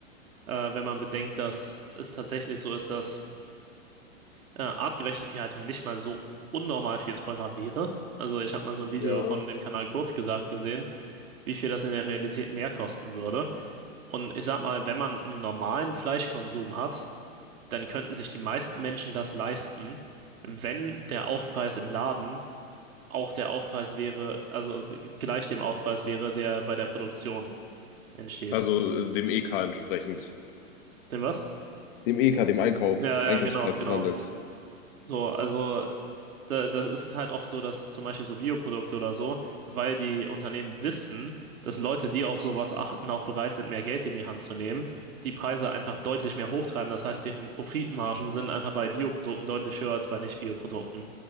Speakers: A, on the right; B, on the left.
A: äh, wenn man bedenkt, dass es tatsächlich so ist, dass äh, artgerechte Tierhaltung nicht mal so unnormal viel teurer wäre. Also, ich habe mal so ein Video
B: ja.
A: von dem Kanal Kurz gesagt gesehen, wie viel das in der Realität mehr kosten würde. Und ich sag mal, wenn man einen normalen Fleischkonsum hat, dann könnten sich die meisten Menschen das leisten, wenn der Aufpreis im Laden auch der Aufpreis wäre, also g- gleich dem Aufpreis wäre, der bei der Produktion entsteht.
B: Also äh, dem EK entsprechend.
A: Dem was?
B: Dem EK, dem Einkauf,
A: Ja, ja,
B: Einkaufspreis
A: genau, genau.
B: des Handels.
A: So, also da, da ist es halt oft so, dass zum Beispiel so Bioprodukte oder so, weil die Unternehmen wissen, dass Leute, die auf sowas achten, auch bereit sind, mehr Geld in die Hand zu nehmen, die Preise einfach deutlich mehr hochtreiben. Das heißt, deren Profitmargen sind einfach bei Bioprodukten deutlich höher als bei Nicht-Bioprodukten.